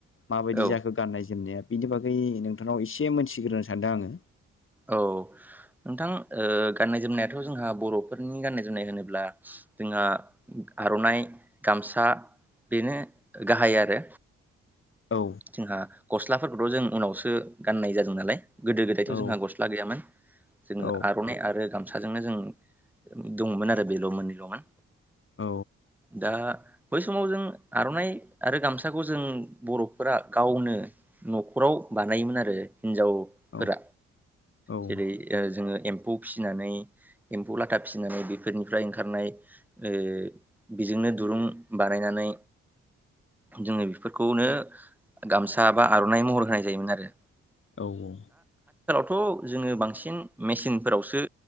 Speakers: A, on the left (about 45°); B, in the centre.
A: माबायदि
B: औ
A: जाखो गाननाय-जोमनाया बिनि बागै नोंथांनाव एसे मोनथिग्रोनो सानदों आङो
B: औ नोंथां गाननाय-जोमनायाथ' जोंहा बर'फोरनि गाननाय जोमनाय होनोब्ला जोंहा आर'नाइ गामसा बेनो गाहाय आरो
A: औ
B: जोंहा गस्लाफोरखौथ' जों उनावसो गाननाय जादों नालाय गोदो गोदायथ'
A: औ
B: जोंहा गस ला गैयामोन जोङो
A: औ
B: आरनाय आरो गाम साजोंनो जों दङमोन आरो बेल' मोननैल'मोन
A: औ
B: दा बै समाव जों आर'नाइ आरो गामसाखौ जों बर'फोरा गावनो न'खराव बानायोन आरो हिजावफोरा
A: औ औ
B: जेरै ओ जोङो एम्फौ फिनानै एम्फौ लाथा फिसिनानै बेफोरनिफ्राय ओंखारनाय ओ बेजोंनो दुरुं बानायनानै
A: <inaudible>
B: जोङो बेफोरखौनो गामसा बा आर'नाइ महर होनाय जायोमोन आरो
A: औ औ
B: थ' जोङो बांसिन मेसिनफोरावसो